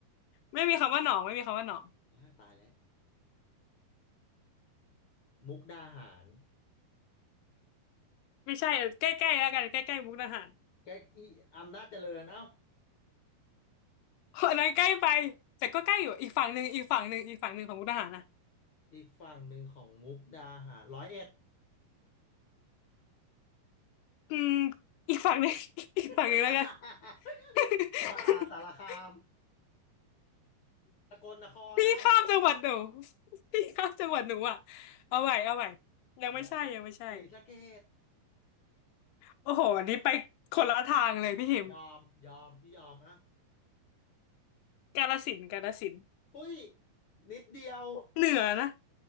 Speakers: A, on the left; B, on the left.
A: ไม่มีคำว่าหนองไม่มีคำว่าหนอง
B: ตายแล้วมุกดาหาร
A: ไม่ใช่เออใกล้ๆแล้วกันใกล้ๆมุกดาหาร
B: แกล้งอีอำนาจเจริญเอ้า
A: อันนั้นใกล้ไปแต่ก็ใกล้อยู่อีกฝั่งหนึ่งอีกฝั่งหนึ่งอีกฝั่งหนึ่งของมุกดาหารนะ
B: อีกฝั่งหนึ่งของมุกดาหารร้อยเอ็ด
A: อืมอีกฝั่งหนึ่ง <laughs> อีกฝั่งหนึ่งแล้วกัน
B: <laughs>
A: <laughs>
B: มหาสารคามสกลนครเอ้า
A: พี่ข้ามจังหวัดหนู <laughs> พี่ข้ามจังหวัดหนูอ่ะเอาใหม่เอาไหมยังไม่ใช่ยังไม่ใช่
B: ยะโสศรีสะเกษ
A: โอ้โหอันนี้ไปคนละทางเลยพี่หิม
B: ยอมยอมพี่ยอมอ่ะ
A: กาฬสินธุ์กาฬสินธุ์
B: หุ้ยนิดเดียว
A: เหนือนะ